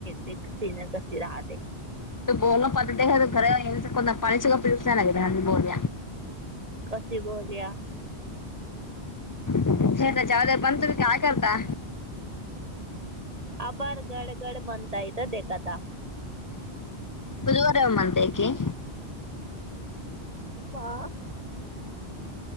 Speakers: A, on the right; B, on the left.
A: दसी न द राहात आहे
B: त बोल पतर पाणीचग पील्सग बोल
A: कशी बोलया
B: ह जावद बंत ब का का काता
A: अभार गड गड मतयत देखात
B: बुधवारव मत क
A: वा